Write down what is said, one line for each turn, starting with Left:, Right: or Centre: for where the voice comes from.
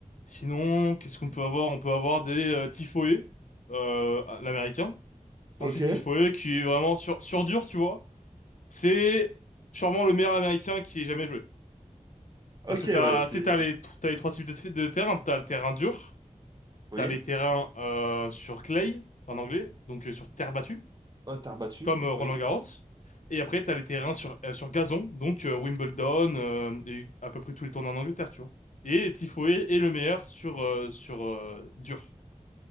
Left: Sinon, qu'est-ce qu'on peut avoir? On peut avoir des euh, Tifoé, euh, l'américain, Francis
Right: Ok.
Left: Tifoé, qui est vraiment sur, sur dur, tu vois. C'est sûrement le meilleur américain qui ait jamais joué.
Right: Ok,
Left: Parce que t'as,
Right: ouais, c'est...
Left: tu sais, t'as les, t'as les trois types de, de terrain. T'as le terrain dur,
Right: Oui.
Left: t'as les terrains euh, sur clay, en anglais, donc euh, sur terre battue.
Right: Ouais, t'as rebattu.
Left: comme euh, Roland-Garros.
Right: Oui.
Left: Et après, t'as les terrains sur, euh, sur gazon, donc euh, Wimbledon euh, et à peu près tous les tournois en Angleterre, tu vois. Et Tifoé est le meilleur sur, euh, sur euh, dur.